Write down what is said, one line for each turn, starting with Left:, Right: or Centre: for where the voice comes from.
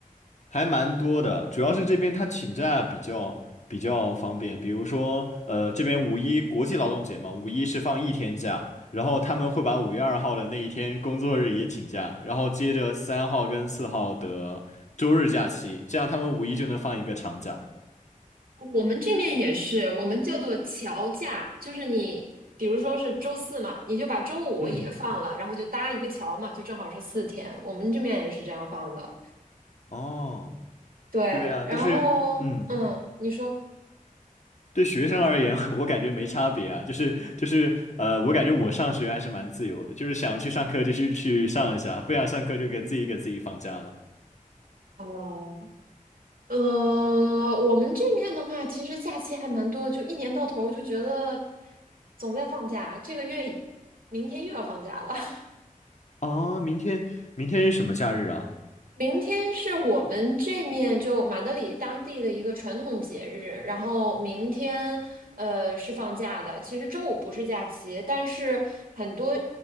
Left: 还蛮多的，主要是这边他请假比较比较方便。比如说，呃，这边五一国际劳动节嘛，五一是放一天假，然后他们会把五月二号的那一天工作日也请假，然后接着三号跟四号的周日假期，这样他们五一就能放一个长假。
Right: 我们这边也是，我们叫做乔假，就是你比如说是周四嘛，你就把周五也放了，
Left: 嗯，
Right: 然后就搭一个桥嘛，就正好是四天。我们这边也是这样放的。
Left: 哦，
Right: 对，
Left: 对呀，
Right: 然后嗯，
Left: 但是嗯。
Right: 你说。
Left: 对学生而言，<laughs> 我感觉没差别啊，就是就是呃，我感觉我上学还是蛮自由的，就是想去上课就去去上一下，不想上课就给自己给自己放假了。
Right: 哦，呃，我们这面的话，其实假期还蛮多的就一年到头就觉得总在放假，这个月明天又要放假了。<laughs>
Left: 哦，明天明天是什么假日啊？
Right: 明天是我们这面就马德里当地的一个传统节日，然后明天呃是放假的。其实周五不是假期，但是很多